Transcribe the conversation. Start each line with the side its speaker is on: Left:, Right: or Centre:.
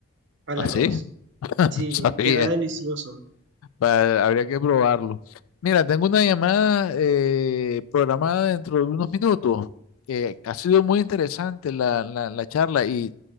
Right: al
Left: ¿Así?
Right: arroz.
Left: <laughs>
Right: Sí,
Left: No sabía.
Right: queda delicioso.
Left: Va- habría que probarlo. Mira, tengo una llamada eh, programada dentro de unos minutos. que ha sido muy interesante la, la, la charla y